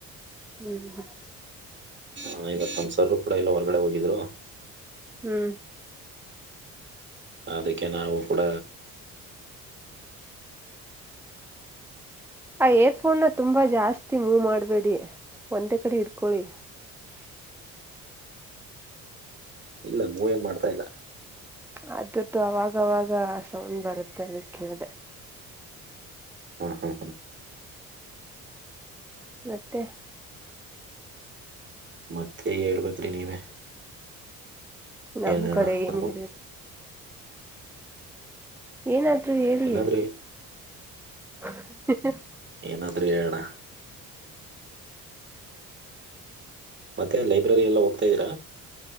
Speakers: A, in the centre; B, on the right.
A: ಹ್ಮ್ ಹ್ಮ್
B: ಹ ಇವತ್ ಸರ್ರು ಕೂಡ ಇಲ್ಲ ಹೊರಗಡೆ ಹೋಗಿದ್ರು.
A: ಹ್ಮ್
B: ಅದಕ್ಕೆ ನಾವು ಕೂಡ
A: ಆ ಏರ್ಫೋನ್ ನ ತುಂಬಾ ಜಾಸ್ತಿ ಮೂವ್ ಮಾಡಬೇಡಿ ಒಂದೇ ಕಡೆ ಇಡ್ಕೊಳಿ.
B: ಇಲ್ಲ ಮೂವ್ ಏನ್ ಮಾಡ್ತಾ ಇಲ್ಲ.
A: ಅದುರ್ದು ಅವಾಗವಾಗ ಸೌಂಡ್ ಬರುತ್ತೆ ಅದಕ್ ಹೇಳದೆ.
B: ಹ್ಮ ಹ್ಮ ಹ್ಮ್
A: ಮತ್ತೆ
B: ಮತ್ತೆ ಹೇಳ್ಬೇಕ್ರಿ ನೀವೇ.
A: ನಮ್ಮ್
B: ಏನ್ ಹೇಳಣ
A: ಕಡೆ ಏನಿರೆ.
B: ನಾವು
A: ಏನಾದ್ರೂ ಹೇಳೀ
B: ಏನಾದ್ರಿ
A: ಹ ಹ
B: ಏನಾದ್ರೂ ಹೇಳಣ ಮತ್ತೆ ಲೈಬ್ರರಿ ಎಲ್ಲ ಹೋಗ್ತಾ ಇದೀರಾ.